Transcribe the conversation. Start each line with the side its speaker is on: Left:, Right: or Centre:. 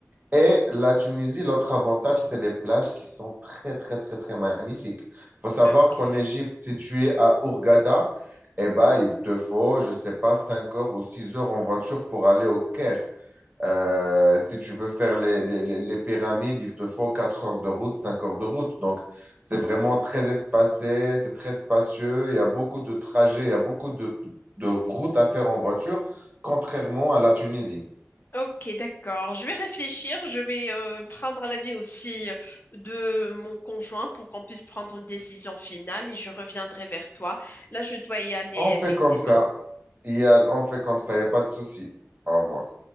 Right: Et la Tunisie, l'autre avantage, c'est les plages qui sont très, très, très, très magnifiques. Il faut savoir
Left: ok.
Right: qu'en Égypte, si tu es à Hurghada, eh ben, il te faut, je sais pas, 5 heures ou 6 heures en voiture pour aller au Caire. Euh, si tu veux faire les, les, les- les pyramides, il te faut 4 heures de route, 5 heures de route. Donc, c'est vraiment très espacé, c'est très spacieux. Il y a beaucoup de trajets, il y a beaucoup de, de routes à faire en voiture, contrairement à la Tunisie.
Left: Ok, d'accord. Je vais réfléchir. Je vais euh, prendre l'avis aussi euh, de mon conjoint pour qu'on puisse prendre une décision finale et je reviendrai vers toi. Là, je dois y aller,
Right: On fait
Left: effectivement.
Right: comme ça. Il y a, on fait comme ça, il n'y a pas de souci. Au revoir.